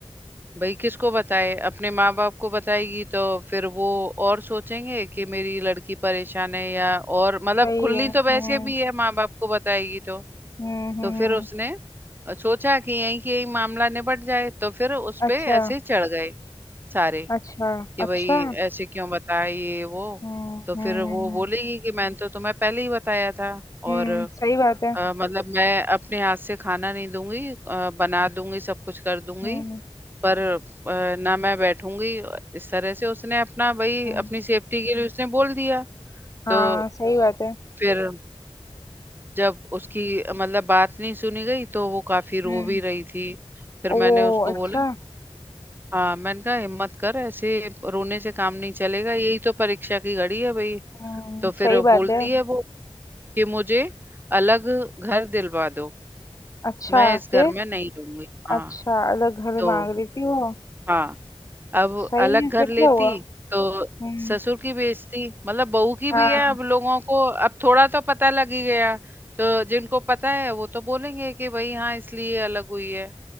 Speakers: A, on the right; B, on the left.
A: भाई किसको बताए अपने माँ बाप को बताएगी तो फिर वो और सोचेंगे कि मेरी लड़की परेशान है या और मतलब
B: सही
A: खुली
B: है
A: तो वैसे
B: हम्म
A: भी है माँ बाप को बताएगी तो
B: हम्म हम्म
A: तो फिर
B: हम्म,
A: उसने सोचा कि यहीं के यहीं मामला निपट जाए तो फिर उस पे
B: अच्छा
A: ऐसे चढ़ गए सारे
B: अच्छा
A: कि
B: अच्छा
A: भाई ऐसे क्यों बताया ये वो
B: हम्म
A: तो फिर
B: हम्म
A: वो
B: हम्म,
A: बोलेगी कि मैंने तो तुम्हें पहले ही बताया था और
B: हम्म, सही बात है
A: अ, मतलब मैं अपने हाथ से खाना नहीं दूंगी अ, बना दूंगी सब कुछ कर दूंगी
B: हम्म
A: पर अ, ना मैं बैठूंगी इस तरह से उसने अपना भाई
B: हम्म,
A: अपनी सेफ्टी के लिए उसने बोल दिया
B: हाँ
A: तो
B: सही बात है
A: फिर जब उसकी अ, मतलब बात नहीं सुनी गई तो वो काफी रो
B: हम्म
A: भी रही थी फिर
B: ओ
A: मैंने उसको
B: अच्छा
A: बोला हाँ मैंने कहा हिम्मत कर ऐसे रोने से काम नहीं चलेगा यही तो परीक्षा की घड़ी है भाई
B: हम्म
A: तो फिर
B: सही
A: वो बोलती
B: बात है
A: है वो कि मुझे अलग घर दिलवा दो
B: अच्छा
A: मैं इस
B: फिर
A: घर में नहीं रहूंगी हाँ
B: अच्छा अलग घर
A: तो
B: मांग रही थी वो
A: हाँ अब
B: सही
A: अलग
B: है
A: घर
B: फिर
A: लेती
B: क्या हुआ
A: तो
B: हम्म
A: ससुर की बेइज्जती मतलब बहू की भी
B: हाँ
A: है अब लोगों को अब थोड़ा तो पता लग ही गया तो जिनको पता है वो तो बोलेंगे कि भाई हाँ इसलिए अलग हुई है